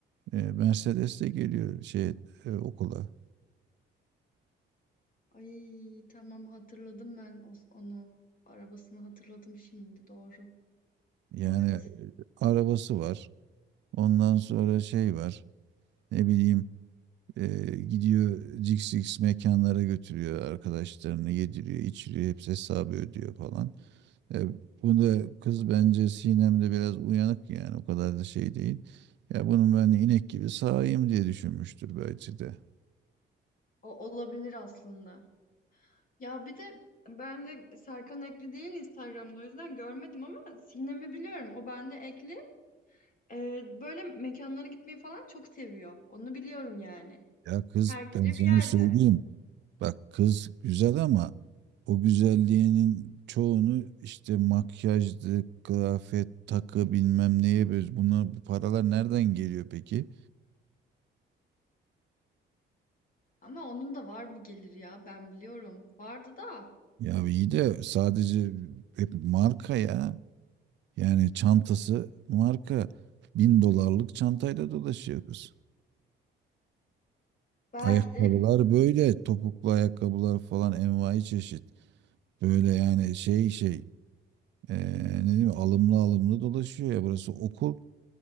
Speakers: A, on the right (about 65°); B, on the left (about 45°).
A: E, Mercedes de geliyor şey e, okula.
B: Ay tamam hatırladım ben o- onu. Arabasını hatırladım şimdi doğru.
A: Yani
B: Evet.
A: arabası var. Ondan sonra şey var. Ne bileyim e, gidiyor cix cix mekanlara götürüyor arkadaşlarını yediriyor, içiriyor, hepsi hesabı ödüyor falan. E, bunda kız bence Sinem'de biraz uyanık yani o kadar da şey değil. Ya bunun ben inek gibi sağayım diye düşünmüştür belki de.
B: O olabilir aslında. Ya bir de ben de Serkan Ekli değil Instagram'da o yüzden görmedim ama Sinem'i biliyorum. O bende Ekli. Ee, böyle mekanlara gitmeyi falan çok seviyor. Onu biliyorum yani.
A: Ya kız
B: Her gece
A: ben sana
B: bir yerde.
A: söyleyeyim. Bak kız güzel ama o güzelliğinin çoğunu işte makyajdı, kıyafet, takı bilmem neye böyle buna bu paralar nereden geliyor peki?
B: Ama onun da var bir gelir ya ben biliyorum. Vardı da
A: Ya iyi de sadece hep marka ya. Yani çantası marka. Bin dolarlık çantayla dolaşıyor kız.
B: belki
A: Ayakkabılar
B: de
A: böyle topuklu ayakkabılar falan envai çeşit. Böyle yani şey şey Ee, ne diyeyim alımlı alımlı dolaşıyor ya burası okul.